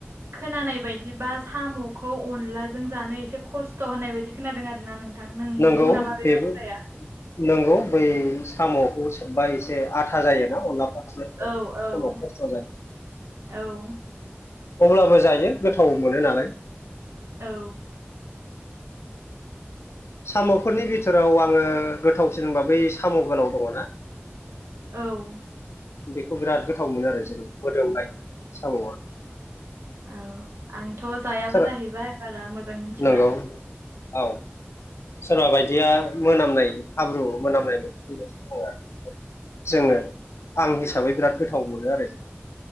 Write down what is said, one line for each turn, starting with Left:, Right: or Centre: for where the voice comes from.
Right: खोनानाय बायदिबा साम'खौ अनलाजों जानो एसे खस्थ' होननाय बायदि खोनादों आरोना नों नोंथां नोंगौ
Left: नंगौ
Right: नामा बै
Left: बेबो
Right: बाथ्राया?
Left: नंगौ बै सामावखौ सोबा एसे आथा जायोना अनलाफ्रा सोबनाय
Right: औ औ
Left: समाव खस्थ' जायो
Right: औ
Left: अब्लाबो जायो गोथाव मोनो नालाय
Right: औ
Left: <inaudible> साम'फोरनि
Right: बिदिनो
Left: बिथोराव आङो गोथावसिन होनबा बै साम' गोलाव दङ ना
Right: औ
Left: बेखौ बिराद गोथाव मोनो आरो जों मोदोमनाय साम'आ
Right: औ आंथ' जायाबो
Left: सोर
Right: जाहैबाय बारा मोजां मोनथिला
Left: नंगौ औ सोरबा बायदिया मोनामनाय हाब्रु मोनामनाय मोननो बेबायदि दङ आरो जोङो आं हिसाबै बिराद गोथाव मोनो आरो